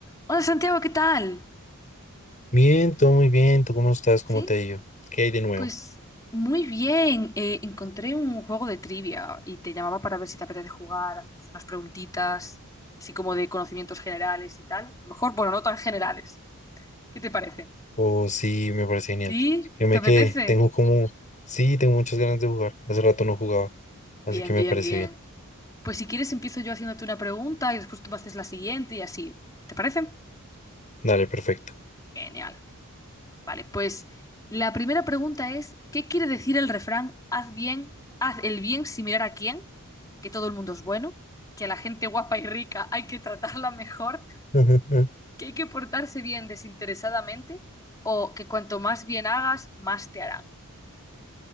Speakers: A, on the left (about 15°); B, on the left (about 35°).
A: Hola Santiago, ¿qué tal?
B: Bien, todo muy bien. ¿Tú cómo estás? ¿Cómo
A: ¿Sí?
B: te ha ido? ¿Qué hay de nuevo?
A: Pues muy bien. eh, encontré un juego de trivia y te llamaba para ver si te apetece jugar. Hacemos unas preguntitas, así como de conocimientos generales y tal. Mejor, bueno, no tan generales. ¿Qué te parece?
B: Oh, sí, me parece genial.
A: ¿Sí?
B: Yo me
A: ¿Te apetece?
B: quedé, tengo como, sí, tengo muchas ganas de jugar. Hace rato no jugaba, así
A: Bien,
B: que me
A: bien,
B: parece
A: bien.
B: bien.
A: Pues si quieres empiezo yo haciéndote una pregunta y después tú me haces la siguiente y así. ¿Te parece?
B: Dale, perfecto.
A: Genial. Vale, pues la primera pregunta es, ¿qué quiere decir el refrán haz bien, haz el bien sin mirar a quién, que todo el mundo es bueno, que a la gente guapa y rica hay que tratarla mejor,
B: <laughs>
A: que hay que portarse bien desinteresadamente o que cuanto más bien hagas, más te harán?